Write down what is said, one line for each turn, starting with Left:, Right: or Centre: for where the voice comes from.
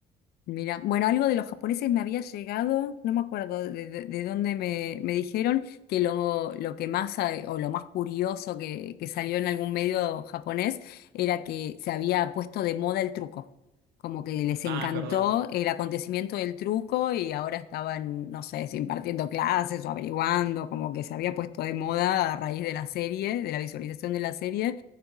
Left: Mira, bueno, algo de los japoneses me había llegado, no me acuerdo de, de- de dónde me, me dijeron que lo, lo que más eh, o lo más curioso que, que salió en algún medio japonés era que se había puesto de moda el truco, como que les
Right: Ah,
Left: encantó
Right: es verdad.
Left: el acontecimiento del truco y ahora estaban, no sé, si impartiendo clases o averiguando, como que se había puesto de moda a raíz de la serie, de la visualización de la serie,